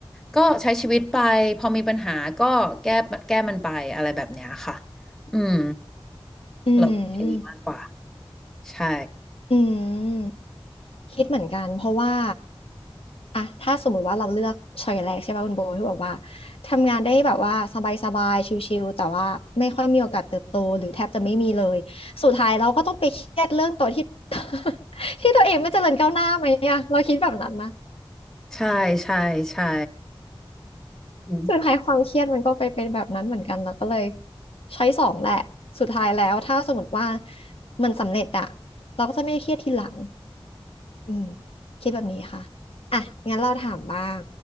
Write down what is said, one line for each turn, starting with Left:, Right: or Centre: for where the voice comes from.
Centre: ก็ใช้ชีวิตไปพอมีปัญหาก็แก้แก้มันไปอะไรแบบเนี้ยค่ะอืม
Left: อืม
Centre: เราแค่างนี้มากกว่าใช่
Left: อืมคิดเหมือนกันเพราะว่า อะถ้าสมมุติว่าเราเลือกช้อยแรกใช่ป่ะคุณโบที่บอกว่าทำงานได้แบบว่าสบายๆชิลๆแต่ว่าไม่ค่อยมีโอกาสเติบโตหรือแทบจะไม่มีเลยสุดท้ายเราก็ต้องไปเครียดเรื่องตัวที่ <laughs> ที่ตัวเองไม่เจริญก้าวหน้าไหมเนี่ยเราคิดแบบนั้นนะ
Centre: ใช่ใช่ใช่อืม
Left: สุดท้ายความเครียดมันก็ไปเป็นแบบนั้นเหมือนกันเราก็เลยช้อยสองแหละสุดท้ายแล้วถ้าสมมติว่ามันสำเร็จอะเราก็จะไม่เครียดทีหลัง อืมคิดแบบนี้ค่ะ อ่ะ งั้นเราถามบ้าง